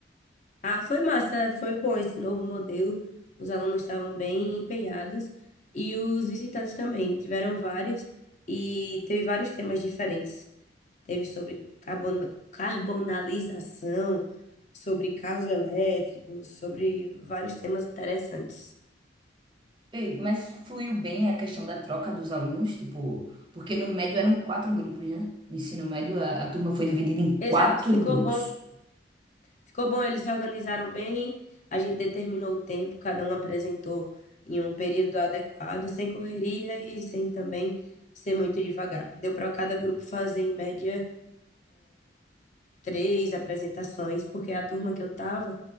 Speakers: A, on the left; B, on the right.
A: Ah, foi massa, foi bom esse novo modelo. Os alunos estavam bem empenhados e os visitantes também. Tiveram vários e teve vários temas diferentes. Teve sobre carbon- carbonalização, sobre carros elétricos, sobre vários temas interessantes.
B: Ei, mas fluiu bem a questão da troca dos alunos, tipo, porque no médio eram quatro grupos, né? No ensino médio a, a turma foi dividida em quatro
A: Exato, ficou
B: grupos.
A: bom. Ficou bom, eles se organizaram bem, a gente determinou o tempo, cada um apresentou em um período adequado, sem correria e sem também ser muito devagar. Deu para cada grupo fazer, em média, três apresentações, porque a turma que eu tava